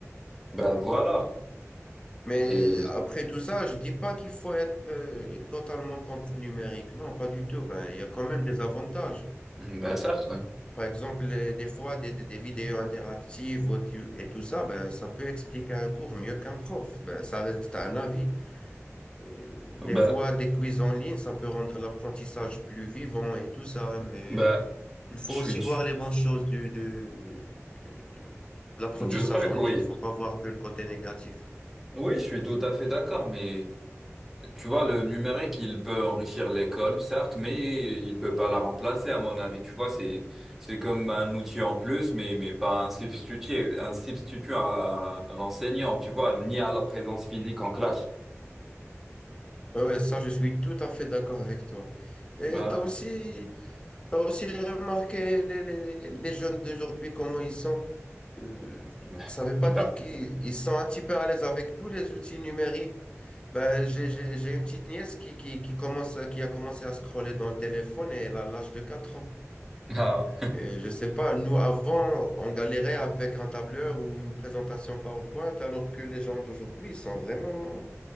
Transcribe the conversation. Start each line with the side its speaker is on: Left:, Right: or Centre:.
Centre: bah voilà.
Left: Mais
Centre: Et,
Left: euh, après tout ça, je dis pas qu'il faut être euh, totalement contre le numérique. Non, pas du tout. Ben, il y a quand même des avantages.
Centre: bah certes, ouais.
Left: Par exemple, les- des fois, des, des- des vidéos interactives ou tu- et tout ça, ben, ça peut expliquer un cours mieux qu'un prof. Ben, ça reste un avis. Et, euh,
Centre: Bah,
Left: des fois, des quiz en ligne, ça peut rendre l'apprentissage plus vivant et tout ça. Mais
Centre: bah,
Left: il faut
Centre: je suis,
Left: aussi voir les bonnes choses du, du- du- de l'apprentissage
Centre: deux trucs,
Left: en ligne.
Centre: oui.
Left: Il faut pas voir que le côté négatif.
Centre: Oui, je suis tout à fait d'accord, mais. Tu vois, le numérique, il peut enrichir l'école, certes, mais il peut pas la remplacer, à mon avis. Tu vois, c'est, c'est comme un outil en plus, mais, mais pas un substitut, un substitut à, à l'enseignant, tu vois, ni à la présence physique en classe.
Left: Oui, ouais, ouais, ça, je suis tout à fait d'accord avec toi. Et
Centre: Voilà.
Left: tu as aussi T'as aussi remarqué les, les, les, les les jeunes d'aujourd'hui, comment ils sont. Euh,
Centre: <laughs>
Left: ça ne veut pas
Centre: Hyper.
Left: dire qu'ils ils sont un petit peu à l'aise avec tous les outils numériques. Ben, j'ai, j'ai, j'ai une petite nièce qui, qui, qui commence, qui a commencé à scroller dans le téléphone et elle a l'âge de 4 ans.
Centre: Ah.
Left: Et je sais pas, nous, avant, on galérait avec un tableur ou une présentation PowerPoint, alors que les gens d'aujourd'hui, ils sont vraiment